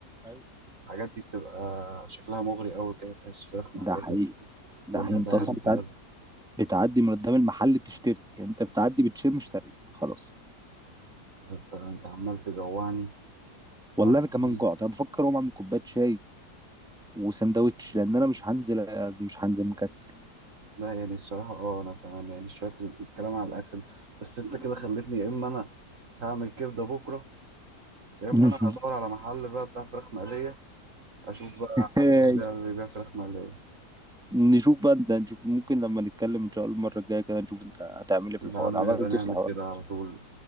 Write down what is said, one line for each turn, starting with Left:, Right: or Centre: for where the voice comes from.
Centre: <laughs> أيوة.
Right: الحاجات دي بتبقى شكلها مغري قوي كده تحس فراخ مقليه
Centre: ده حقيقي ده
Right: لونها
Centre: حقيقي
Right: ذهبي
Centre: انت اصلا بتعدي,
Right: كده
Centre: بتعدي من قدام المحل تشتري يعني انت بتعدي بتشم اشتريت خلاص
Right: يا عم انت انت أنت عمال تجوعني
Centre: والله
Right: وأنا-
Centre: انا كمان
Right: كمان.
Centre: جوعت انا بفكر اقوم اعمل كوبايه شاي وسندوتش لان انا مش هنزل مش هنزل مكسل
Right: لا يعني الصراحه اه انا كمان يعني شويه الكلام على الاكل بس انت كده خلتني يا اما انا هعمل كبده بكره يا
Centre: <laughs>
Right: اما انا هدور على محل بقى بتاع فراخ مقليه اشوف بقى حد
Centre: هاي.
Right: بيبيع بيبيع فراخ مقلية
Centre: نشوف بقى انت نشوف ممكن لما نتكلم ان شاء الله المره الجايه كده نشوف انت هتعمل ايه في الحوار
Right: يا عم
Centre: عملت
Right: نبقى نعمل
Centre: ايه في الحوار
Right: كده
Centre: ده
Right: على طول